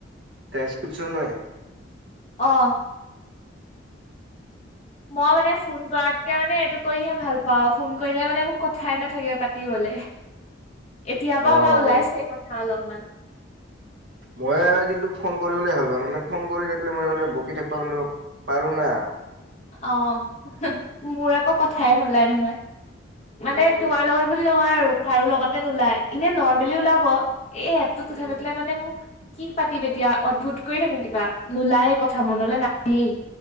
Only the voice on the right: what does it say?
ট্ৰেনসক্ৰিপ্যন নয়ে।
অ'
মই আৰু কিন্তু ফোন কৰিবলে ভাল পাওঁ মানে ফোন কৰি থাকিলে মই মানে বকি থাকিবা মানে অলপ পাৰো না।
উম
উম